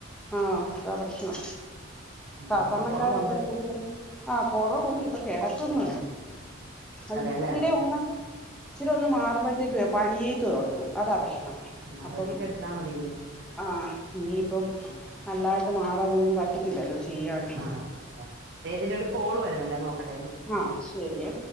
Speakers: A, in the centre; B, on the right.
A: ആഹ് അതാ പ്രശ്നം
B: ഉം
A: സാധാരണക്കാരൊക്കെ
B: ഇതിപ്പോ കൊറവുണ്ട്
A: പോയി കയ് ആഹ് കൊറവുണ്ട് പ്പം കെടെക്കുന്നു അത്
B: അതെല്ലേ
A: ഇച്ചിരി ഒന്ന് ഇച്ചിരി ഒന്ന് മാറുമ്പഴ് ത്തേക്ക് പണീത്ത് താെടങ്ങും അതാ പ്രശ്നം
B: ആഹ്
A: അപ്പം
B: റെസ്റ്റ് എടുത്താ മതി ഇനി
A: ആഹ് ഇനിയിപ്പം
B: ഉം
A: നല്ലതായിട്ട് മാറാതൊന്നും പറ്റത്തില്ലല്ലോ ചെയ്യാന്
B: ആ അതെ ഇതിലാെരു കോള് വര്ന്ന്ണ്ടെ നോക്ക
A: ആഹ് ശെരിയെ